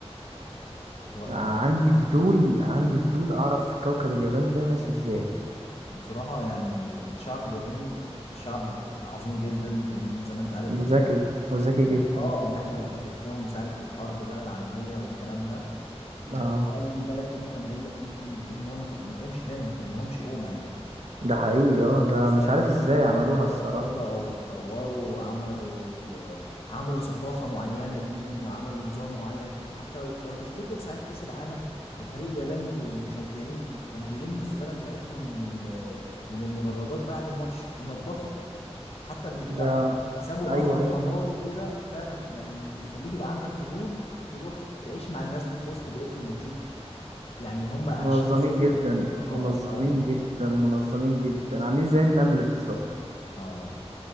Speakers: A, on the left (about 65°); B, on the right (about 85°).
A: هو يعني
B: عندي فضول عندي فضول أعرف كوكب اليابان ده ماشي إزاي
A: بصراحة يعني الشعب الياباني شعب عظيم جدا لأن زي ما أنت عارف
B: وذكي وذكي
A: الم...
B: جدا
A: آه المحنة اللي حصلت لهم ساعة الحرب بقى العالمية والكلام ده يعني
B: اه
A: أي بلد تاني كان بقول ممكن تقول إن هو ما, تت... ما تقومش تاني ما تقوم لهمش قومة يعني
B: ده حقيقي اه ده
A: بس
B: مش
A: اه
B: عارف إزاي عملوها
A: آه،
B: الصراحة
A: طلعوا واتطوروا وعملوا آه، عملوا ثقافة معينة ليهم وعملوا نظام معين حتى لو لو تفتكر ساعة كأس العالم الفريق الياباني والمشجعين كانوا بيلموا الزبالة بتاعتهم من ال- من المدرجات بعد الماتش وينظفوا حتى اللي مش بتاعهم
B: ده
A: سابوا
B: أيوه
A: أثر
B: أيوه
A: حضاري كده فعلا يعني يخليك يبقى عندك فضول تروح تعيش مع الناس دي في وسط بيئتهم وتشوف يعني هم عايشين
B: منظمين
A: ازاي
B: جدا
A: اه
B: منظمين
A: اه
B: جدا منظمين جدا عاملين زي النمل بالظبط
A: اه